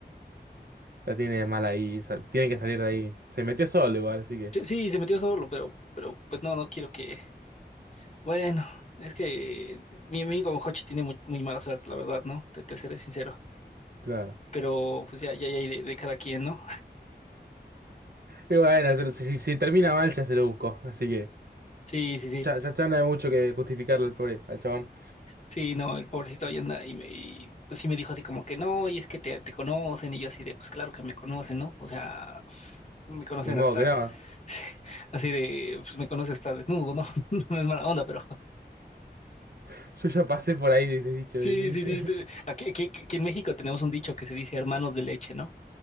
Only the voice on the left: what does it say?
Sí, sí, se metió solo, pero, pero pues no, no quiero que. Bueno, es que mi amigo Hochi tiene muy, muy mala suerte, la verdad, ¿no? Te, te seré sincero.
Pero pues ya, ya, ya, hay de, de cada quien, ¿no?
Sí, sí, sí.
Sí, no, el pobrecito ahí anda y, me, y, pues sí me dijo así como que no, y es que te, te conocen, y yo así de, pues claro que me conocen, ¿no? O sea, me conocen
hasta,
<laughs> así de, pues me conoce hasta desnudo, ¿no? <laughs> No es mala onda, pero
<laughs>
sí,
sí, sí. te- Aquí, aquí, aquí en México tenemos un dicho que se dice hermanos de leche, ¿no?